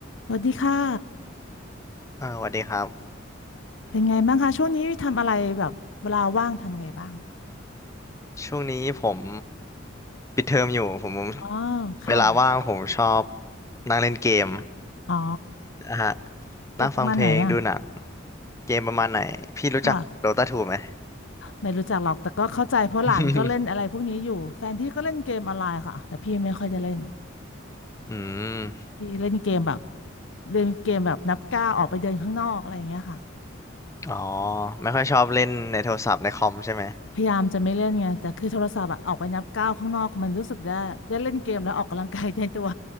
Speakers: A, on the left; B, on the left.
A: สวัสดีค่ะ
B: อ่าสวัสดีครับ
A: เป็นไงบ้างคะช่วงนี้ทำอะไรแบบเวลาว่างทำอะไรบ้าง
B: ช่วงนี้ผมปิดเทอมอยู่ผม
A: อ๋อค่ะ
B: เวลาว่างผมชอบนั่งเล่นเกม
A: อ๋อ
B: นะฮะ
A: เกมประมาณไหนอ่ะ
B: นั่งฟังเพลงดูหนังเกมประมาณไหนพี่รู้จักโดตาทูไหม
A: ค่ะไม่รู้จักหรอก แต่ก็เข้าใจเพราะหลานก็เล่นอะไรพวกนี้อยู่แฟนพี่ก็เล่นเกมออนไลน์ค่ะแต่พี่ไม่ค่อยจะเล่น
B: <laughs> อืม
A: พี่เล่นเกมแบบเล่นเกมแบบนับก้าวออกไปเดินข้างนอกอะไรอย่างเงี้ยค่ะ
B: อ๋อไม่ค่อยชอบเล่นในโทรศัพท์ในคอมใช่ไหม
A: พยายามจะไม่เล่นไง แต่คือโทรศัพท์อะออกไปนับก้าวข้างนอกมันรู้สึกได้ได้เล่นเกมแล้วออกกำลังกายในตัว